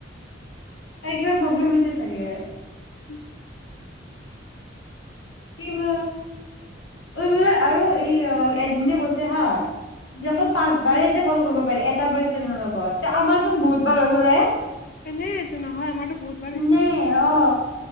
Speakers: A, on the left; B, on the left.
A: তাই কিবা প্ৰব্লেম হৈছে। চাগে।
B: উম।
A: কি ব ম আৰু এই এডমিনে গৈছে হা। অকল
B: উম
A: পাঁচবাৰে যে কল কৰিব। বাৰ এটা বাৰ চেনৰ লগত আমাৰ চোন বহুতবাৰ হৈ গ'লে হে
B: এনেই এইটো নহয় আমাৰতো বহুতবাৰ হৈছে।
A: নে অ